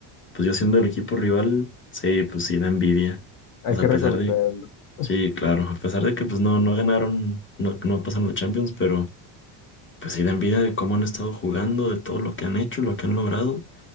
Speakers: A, on the left; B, on the left.
A: pues yo siendo el equipo rival, sí, pues sí da envidia.
B: Hay
A: O sea,
B: que
A: a
B: reconocerlo.
A: pesar de,
B: Es
A: sí, claro, a pesar de que pues no, no ganaron, no, no pasaron la Champions, pero pues sí da envidia de cómo han estado jugando, de todo lo que han hecho, lo que han logrado,